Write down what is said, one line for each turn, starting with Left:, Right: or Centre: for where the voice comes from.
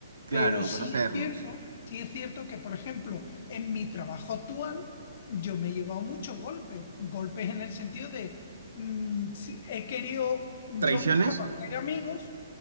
Right: Claro,
Left: Pero sí
Right: conocerlos.
Left: es cierto, sí es cierto que, por ejemplo, en mi trabajo actual, yo me he llevado muchos golpes, golpes en el sentido de, mm, sí, he querido, yo
Right: ¿Traiciones?
Left: buscaba hacer amigos